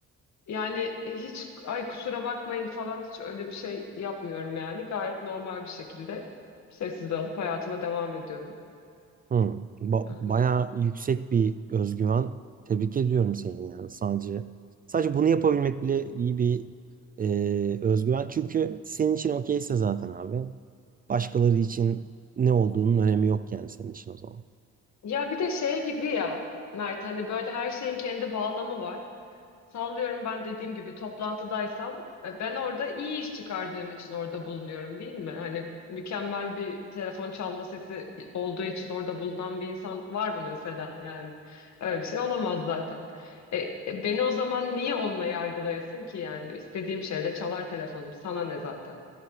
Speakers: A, on the left (about 65°); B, on the right (about 30°).
A: Yani e, hiç ay kusura bakmayın falan hiç öyle bir şey yapmıyorum yani. Gayet normal bir şekilde sessiz alıp hayatıma devam ediyorum.
B: Hı. Ba-
A: Yani.
B: bayağı yüksek bir özgüven. Tebrik ediyorum seni yani. Sadece sadece bunu yapabilmek bile iyi bir e, özgüven. Çünkü senin için okeyse zaten abi. Başkaları için ne olduğunun önemi yok yani senin için o zaman.
A: Ya bir de şey gibi ya Mert hani böyle her şeyin kendi bağlamı var. Sallıyorum ben dediğim gibi toplantıdaysam e, ben orada iyi iş çıkardığım için orada bulunuyorum değil mi? Hani mükemmel bir telefon çalma sesi olduğu için orada bulunan bir insan var mı mesela yani? Öyle bir şey olamaz zaten. E, e, beni o zaman niye onunla yargılayasın ki yani? İstediğim şeyle çalar telefonum sana ne zaten?